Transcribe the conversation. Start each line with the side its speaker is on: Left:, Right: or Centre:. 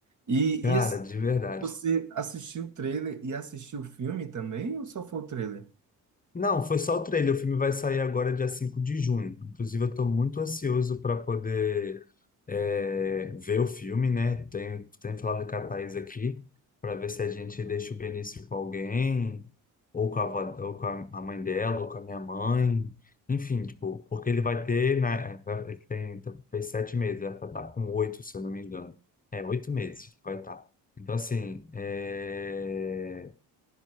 Right: E,
Left: Cara,
Right: e
Left: de verdade.
Right: Você assistiu o trailer e assistiu o filme também, ou só foi o trailer?
Left: Não, foi só o trailer. O filme vai sair agora, dia 5 de junho. Inclusive, eu estou muito ansioso para poder é, ver o filme, né? Tem, tem falado com a Thaís aqui, para ver se a gente deixa o Benício com alguém, ou com a, avó- ou com a a mãe dela, ou com a minha mãe. Enfim, tipo, porque ele vai ter, né? Ele tem, fez sete meses, vai estar com oito, se eu não me engano. É, oito meses que vai estar. Então, assim, é,